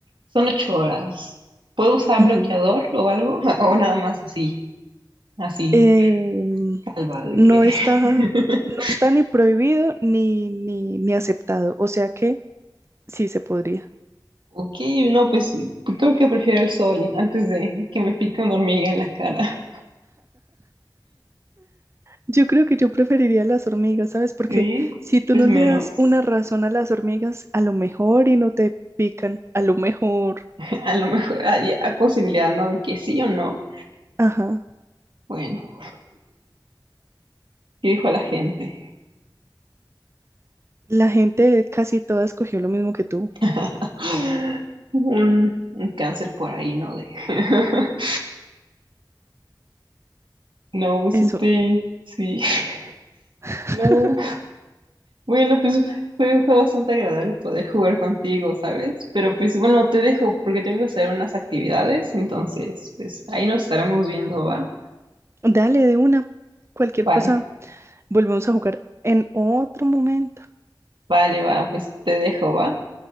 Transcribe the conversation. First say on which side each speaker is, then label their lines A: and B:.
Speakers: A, on the right (about 80°); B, on the right (about 35°).
A: son ocho horas. ¿Puedo usar
B: Ujú.
A: bloqueador o algo? <laughs> O nada más así, así,
B: Em,
A: calva de
B: no
A: que.
B: está,
A: <laughs>
B: no está ni prohibido ni, ni, ni aceptado. O sea que sí se podría.
A: Ok, no, pues pues creo que prefiero el sol antes de que me pique una hormiga en la cara. <laughs>
B: Yo creo que yo preferiría las hormigas, ¿sabes? Porque
A: Sí,
B: si tú
A: es
B: no
A: menos.
B: le das una razón a las hormigas, a lo mejor y no te pican, a lo mejor.
A: <laughs> A lo mejor hay, hay posibilidad, ¿no? De que sí o no.
B: Ajá.
A: Bueno, ¿qué dijo la gente?
B: La gente casi toda escogió lo mismo que tú.
A: <laughs> Un, un cáncer por ahí, ¿no? De... <laughs> No, pues
B: Eso.
A: este, sí. <laughs>
B: <laughs>
A: No. Bueno, pues fue, fue bastante agradable poder jugar contigo, ¿sabes? Pero pues bueno, te dejo porque tengo que hacer unas actividades, entonces, pues ahí nos estaremos viendo, ¿va?
B: Dale de una. Cualquier
A: Vale,
B: cosa, volvemos a jugar en otro momento.
A: vale, va, pues te dejo, va.